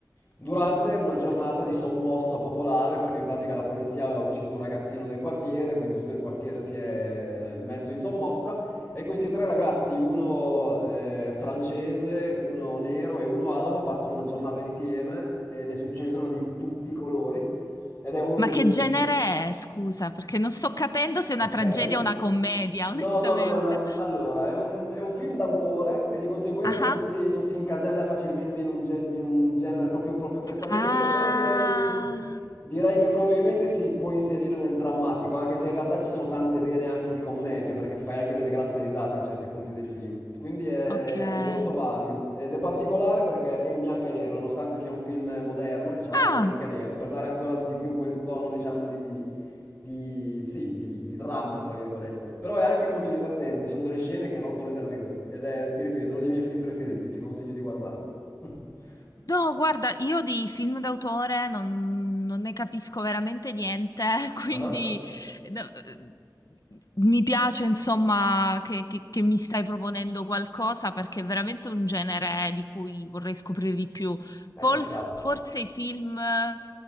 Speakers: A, on the left; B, on the left.
A: durante una giornata di sommossa popolare, perché in pratica la polizia aveva ucciso un ragazzino del quartiere, quindi tutto il quartiere si è eh, messo in sommossa, e questi tre ragazzi, uno eh, francese, uno nero e uno arabo, passano una giornata insieme e ne succedono di tutti i colori, ed è uno dei
B: Ma
A: miei...
B: che genere è, scusa, perché non sto capendo se è
A: Ok?
B: una tragedia o una commedia,
A: No,
B: <laughs> onestamente.
A: no, non è una... Allora, è un, è un film d'autore e di conseguenza
B: Ah,
A: non si, non si incasella facilmente in un, gen- in un genere proprio, proprio prestabilito,
B: ah,
A: però direi, direi che probabilmente si può inserire nel drammatico, anche se in realtà ci sono tante vene anche di commedia, perché ti fai anche delle grasse risate in certi punti del film. Quindi è
B: ok.
A: molto vario ed è particolare perché è in bianco e nero, nonostante sia un film moderno, diciamo,
B: Ah,
A: in bianco e nero, per dare ancora di più quel tono, diciamo, di di, sì, di, di dramma, tra virgolette. Però è anche molto divertente, ci sono delle scene che rotolo da ridere. Ed è, ti ripeto, uno dei miei film preferiti, ti consiglio di guardarlo. <laughs>
B: no, guarda, io di film d'autore non, non ne capisco veramente niente, <laughs> quindi
A: Ah,
B: no, eh, mi piace, insomma, che, che- che mi stai proponendo qualcosa perché è veramente un genere di cui vorrei scoprire di più.
A: Eh,
B: Forse,
A: ci sta.
B: forse i film eh,